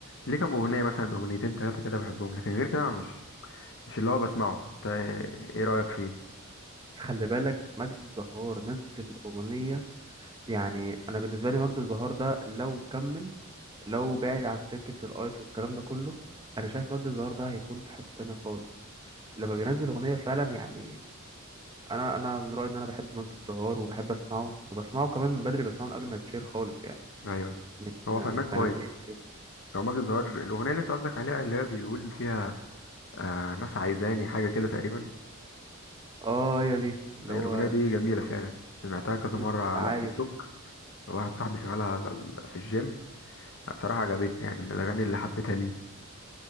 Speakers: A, on the left; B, on the right.
A: ليه كام اغنيه مثلا اغنيتين ثلاثه كده بحبهم لكن غير كده أنا مش مش اللي هو بسمعه انت ايه إيه رايك فيه
B: بس خلي بالك مجد الزهار نزل اغنيه يعني انا بالنسبه لي مجد الزهار ده لو كمل لو بعد عن سكة الأيس والكلام ده كله أنا شايف مجدي الظاهر ده هيكون في حتة تانية خالص لما بينزل أغنية فعلا يعني أنا أنا من رأيي إن أنا بحب مجدي الظاهر وبحب أسمعه وبسمعه كمان من بدري بسمعه من قبل ما يتشير خالص يعني
A: ايوه
B: من
A: هو
B: سنة
A: فنان
B: من سنتين
A: كويس
B: كده
A: هو ماجد الزهار الاغنيه اللي انت قصدك عليها اللي هي بيقول فيها آه ناس عايزاني حاجه كده تقريبا
B: آه هي دي اللي
A: هي
B: هو
A: الاغنيه دي جميله فعلا سمعتها كذا
B: نص
A: مره على
B: العايش
A: التيك توك واحد صاحبي شغالها على ال- في الجيم بصراحه عجبتني يعني من الاغاني اللي حبيتها ليه